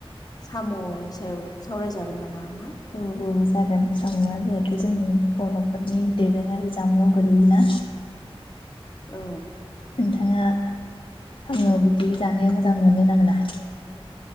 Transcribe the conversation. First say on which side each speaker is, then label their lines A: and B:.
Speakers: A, on the left (about 40°); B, on the left (about 60°).
A: साम'नि सायाव सावरायजागोन नामा मा
B: औ औ जागोन सामुआ जोंहेथ' जोंनि बर'फोरनि दोरोङारि जामुंआव गोलैयोना?
A: औ।
B: थाङा थाङो बिदि जानो मोजां मोनोना मोना?